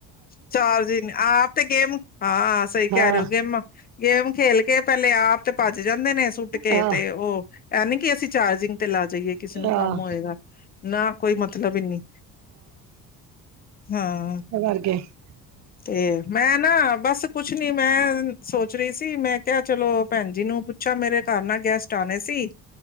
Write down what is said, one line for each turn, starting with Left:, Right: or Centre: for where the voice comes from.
Left: ਚਾਰਜੀ ਆਪ ਤੇ ਗੇਮ, ਹਾਂ ਸਹੀ ਕਹਿ
Right: ਹਾਂ
Left: ਰਹੇ ਹੋ ਗੇਮ। ਗੇਮ ਖੇਲ ਕੇ ਪਹਿਲੇ ਆਪ ਤੇ ਭੱਜ ਜਾਂਦੇ ਨੇ, ਸੁੱਟ ਕੇ
Right: ਹਾਂ
Left: ਤੇ ਉਹ ਇਹ ਨੀ ਕਿ ਅਸੀਂ ਚਾਰਜਿੰਗ ਤੇ ਲਾ ਜਾਈਏ, ਕਿਸੇ ਨੂੰ
Right: ਹਾਂ
Left: ਕੰਮ ਹੋਏਗਾ? ਨਾ, ਕੋਈ ਮਤਲਬ ਹੀ ਨੀ ਹਾਂ।
Right: ਵਰ ਗ <unintelligible> <unintelligible>
Left: ਤੇ, ਮੈਂ ਨਾ ਬਸ ਕੁਛ ਨੀ, ਮੈਂ ਸੋਚ ਰਹੀ ਸੀ, ਮੈਂ ਕਿਹਾ ਚਲੋ ਭੈਣ ਜੀ ਨੂੰ ਪੂ ਅਛਾ, ਮੇਰੇ ਘਰ ਨਾ ਗੈਸਟ ਆਣੇ ਸੀ।